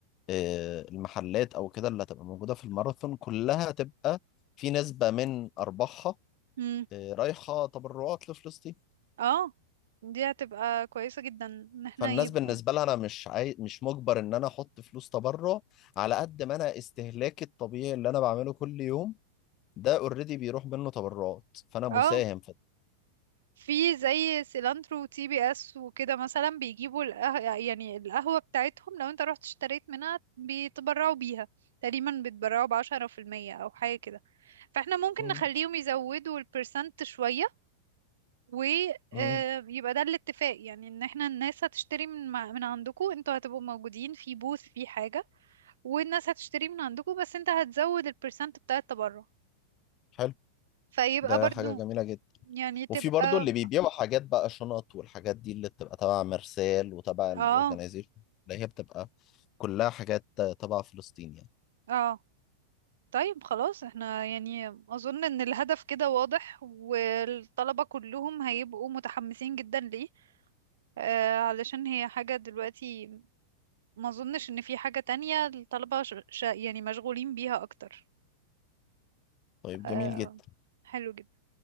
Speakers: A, on the left; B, on the right.
A: آه، المحلات او كده اللي هتبقى موجودة في الماراثون كلها تبقى في نسبة من ارباحها
B: مم.
A: آه، رايحة تبرعات لفلسطين
B: اه دي هتبقى كويسة جدا ان احنا
A: فالناس
B: يبقى
A: بالنسبة لها أنا مش عاي... مش مجبر إن أنا أحط فلوس تبرع على قد ما أنا استهلاكي الطبيعي اللي أنا بعمله كل يوم ده أوريدي بيروح منه تبرعات فأنا مساهم
B: اه
A: في
B: في زي سيلانترو وتي بي اس وكده مثلا بيجيبوا القه... يعني القهوة بتاعتهم لو انت رحت اشتريت منها بيتبرعوا بيها تقريبا بيتبرعوا بعشرة في المية او حاجة كده فاحنا ممكن
A: مم.
B: نخليهم يزودوا البرسنت شوية ويبقى
A: مم.
B: ده الاتفاق يعني ان احنا الناس هتشتري من مع- من عندكم انتوا هتبقوا موجودين في بوث في حاجة والناس هتشتري من عندكم بس انت هتزود البرسنت بتاع التبرع
A: حلو
B: فيبقى
A: ده
B: برضو
A: حاجة جميلة جدا
B: يعني تبقى
A: وفي برضو اللي بيبيعوا حاجات بقى شنط والحاجات دي اللي بتبقى تبع مرسال وتبع الأورجنايزيشن
B: اه
A: اللي هي بتبقى كلها حاجات تبع فلسطين يعني
B: اه طيب خلاص احنا يعني اظن ان الهدف كده واضح والطلبة كلهم هيبقوا متحمسين جدا ليه آه علشان هي حاجة دلوقتي ما اظنش ان في حاجة تانية الطلبة ش... ش... يعني مشغولين بيها اكتر
A: طيب
B: آه
A: جميل جدا
B: حلو جدا